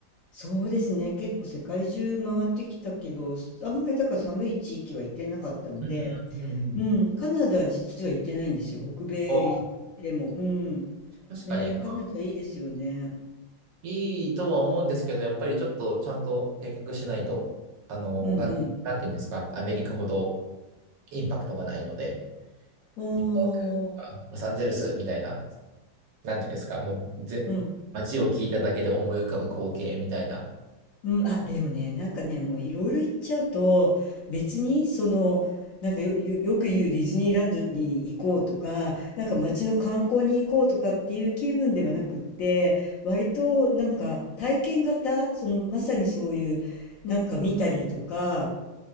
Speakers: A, on the left; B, on the right.
A: そうですね。結構世界中回ってきたけど、あんまりだから寒い地域は行ってなかったので、
B: うんうんうんうん。
A: うん、カナダは実は行ってないんですよ。北米行っても。
B: ああ、
A: うん。
B: 確かに
A: ね、カナダいいですよね。
B: いいとは思うんですけど、やっぱりちょっとちゃんと計画しないと、あの、
A: うんうん。
B: な、なんていうんですか、アメリカほどインパクトがないので、
A: お
B: ニューヨークとかロサンゼルスみたいな、
A: ー。
B: なんていうんですか、もうぜ、
A: うん。
B: 街を聞いただけで思い浮かぶ光景みたいな。
A: うん、あ、でもね、なんかね、もういろいろ言っちゃうと、別に、その、なんかよ、よ、よく言うディズニーランドに行こうとか、なんか街の観光に行こうとかっていう気分ではなくって、割となんか体験型、そのまさにそういう、なんか見たりとか、